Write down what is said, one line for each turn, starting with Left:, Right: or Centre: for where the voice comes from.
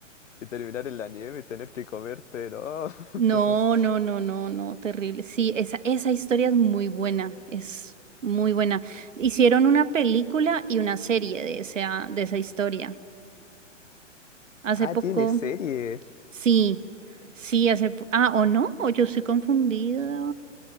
Left: y terminar en la nieve y tener que comerte, ¿no? <laughs>
Right: No, no, no, no, no, terrible. Sí, esa, esa historia es muy buena, es muy buena. Hicieron una película y una serie de esa, de esa historia. Hace
Left: Ah,
Right: poco,
Left: tiene serie.
Right: sí, sí, hace... po- Ah, ¿o no? ¿O yo estoy confundida?